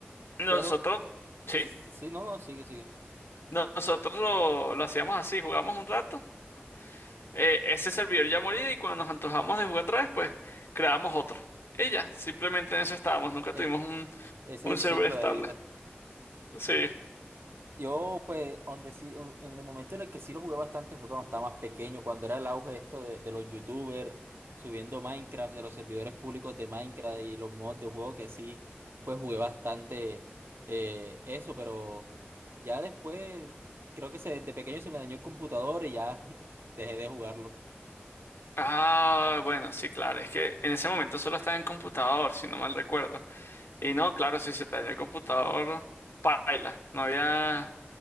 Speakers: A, on the left; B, on the right.
A: Nosotros,
B: Pero,
A: sí,
B: sí, no, no, sigue, sigue.
A: nosotros lo, lo hacíamos así, jugamos un rato, eh, ese servidor ya moría y cuando nos antojamos de jugar otra vez, pues creamos otro. Y ya, simplemente en eso estábamos, nunca
B: E-
A: tuvimos un,
B: e- ese
A: un
B: es
A: server
B: el ciclo
A: estable.
B: de vida.
A: Sí.
B: Yo, pues, donde sí, o- en el momento en el que sí lo jugué bastante fue cuando estaba más pequeño, cuando era el auge esto de, de los youtubers subiendo Minecraft, de los servidores públicos de Minecraft y los mods de juego que sí, pues jugué bastante eh, eso, pero ya después creo que se, desde pequeño se me dañó el computador y ya <laughs> dejé de jugarlo.
A: Ah, bueno, sí, claro, es que en ese momento solo estaba en computador, si no mal recuerdo. Y no, claro, si se te dañó el computador, paila. No había...